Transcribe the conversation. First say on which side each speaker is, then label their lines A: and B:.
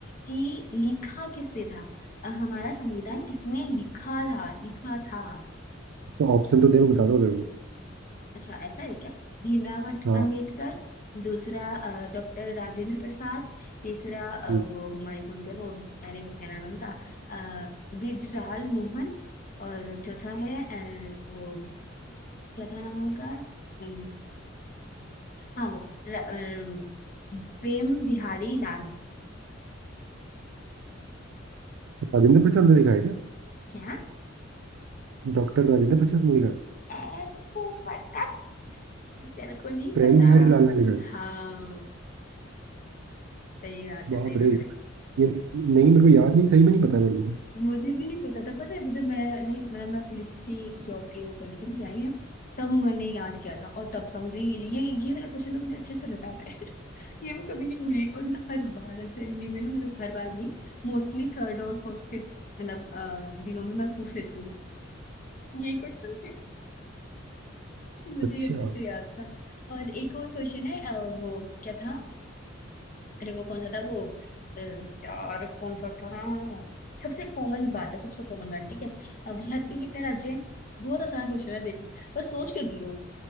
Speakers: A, on the left; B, on the right.
A: कि लिखा किसने था अ, हमारा संविधान किसने लिखा था लिखा था
B: तो ऑप्शन तो दे मैं बता दूंगा तेरे को
A: अच्छा ऐसा है क्या भीमराव अम्बेड-
B: हाँ
A: अम्बेडकर दूसरा डॉक्टर राजेंद्र प्रसाद तीसरा अ,
B: हम्म।
A: वो हमारे कौन थे वो अरे वो क्या नाम है उनका अ, गुजराल मोहन और चौथा है अ, वो क्या था नाम उनका अ, हाँ वो र- अ, प्रेम बिहारी लाल
B: राजेंद्र प्रसाद ने लिखा है क्या
A: क्या
B: डॉक्टर राजेंद्र प्रसाद ने लिखा है
A: ऐ, वो पता टीचर को नहीं
B: प्रेम
A: पता
B: बिहारी लाल ने लिखा है
A: हाँ सही बात
B: बाप
A: है सही
B: रे
A: पकड़े
B: ये नहीं मेरे को याद नहीं सही में नहीं पता मेरे को
A: मुझे भी नहीं पता था पता है जब मैंने मतलब मैं पुलिस की जॉब की वो कर रही थी मैं तैयारी ना तब मैंने याद किया था और तब का मुझे ये ये ये मेरा क्वेश्चन तो मुझे अच्छे से रटा हुआ है <laughs> ये मैं कभी नहीं भूली और मैं हर बार असेंबली में ना मतलब हर बार नहीं मोस्टली थर्ड और फोर्थ फिफ्थ मतलब अ, दिनों में मैं पूछ लेती हूँ ये क्वेश्चन से, मुझे
B: अच्छा
A: ये अच्छे से याद था और एक और क्वेश्चन है अ, वो क्या था अरे वो कौन सा था वो अ, यार कौन सा था सबसे कॉमन बात है सबसे कॉमन बात ठीक है अ, भारत में कितने राज्य हैं बहुत आसान क्वेश्चन है देख बस सोच के दियो